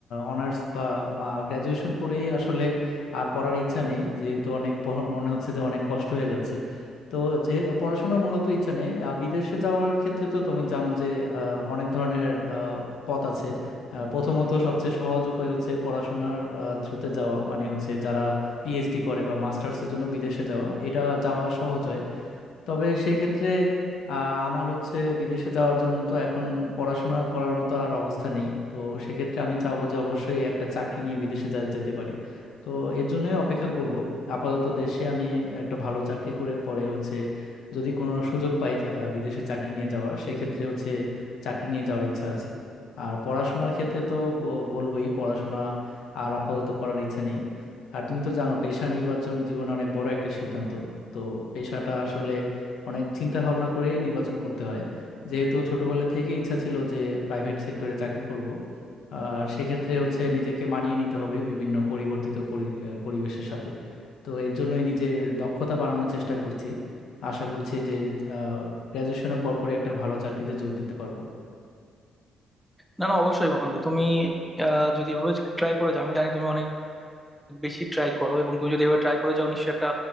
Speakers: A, on the left; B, in the centre.
A: অনার্স বা গ্রাজুয়েশন করেই আসলে আর পড়ার ইচ্ছা নেই যেহেতু অনেক পড়া- মনে হচ্ছে যে অনেক কষ্ট হয়ে যাচ্ছে তো যে পড়াশোনার মূলত ইচ্ছা নেই আহ, বিদেশে যাওয়ার ক্ষেত্রে তো তুমি জানো যে আহ, অনেক ধরনের আহ, পথ আছে আহ, প্রথমত সবচেয়ে সহজ উপায় হচ্ছে পড়াশোনার থ্রুতে যাওয়া মানে হচ্ছে যারা পিএইচডি করে বা মাস্টার্সের জন্য বিদেশে যাওয়া এটা যাওয়া সহজ হয় তবে সেক্ষেত্রে আহ, আমার হচ্ছে বিদেশে যাওয়ার জন্য তো এখন পড়াশোনা করার মতো আর অবস্থা নেই তো সেক্ষেত্রে আমি চাবো যে অবশ্যই একটা চাকরি নিয়ে বিদেশে যা- যেতে পারি তো এর জন্যই অপেক্ষা করব আপাতত দেশে আমি একটা ভালো চাকরি করে পরে হচ্ছে যদি কোনো সুযোগ পাই যে, আহ, বিদেশে চাকরি নিয়ে যাওয়ার সেক্ষেত্রে হচ্ছে চাকরি নিয়ে যাওয়ার ইচ্ছা আছে আর পড়াশোনার ক্ষেত্রে তো ব- বলবোই পড়াশোনা আর আপাতত করার ইচ্ছা নেই আর তুমি তো জানো পেশা নির্বাচন জীবনে অনেক বড় একটা সিদ্ধান্ত তো পেশাটা আসলে অনেক চিন্তা ভাবনা করে নির্বাচন করতে হয় যেহেতু ছোটবেলা থেকে ইচ্ছা ছিল যে প্রাইভেট সেক্টরে চাকরি করব আর সেক্ষেত্রে হচ্ছে নিজেকে মানিয়ে নিতে হবে বিভিন্ন পরিবর্তিত পরি- আহ, পরিবেশের সাথে তো এর জন্যই নিজের দক্ষতা বাড়ানোর চেষ্টা করছি আশা করছি যে গ্র্যাজুয়েশনের পরপরে একটা ভালো চাকরিতে যোগ দিতে পারবো
B: না না অবশ্যই বন্ধু তুমি আহ, যদি এভাবে ট্রাই করে যাও আমি জানি তুমি অনেক বেশি ট্রাই করো এবং তুমি যদি এভাবে ট্রাই করে যাও নিশ্চয়ই একটা